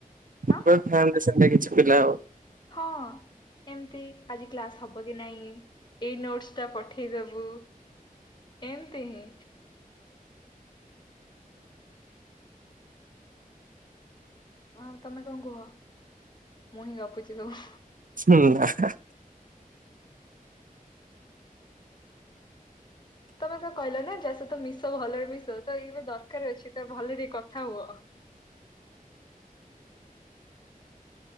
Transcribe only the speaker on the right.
ଗୁରେ ଥାଆନ୍ତି ସେମିତି କିଛି ପିଲା ଆଉ।
ହୁଁ ଆହା।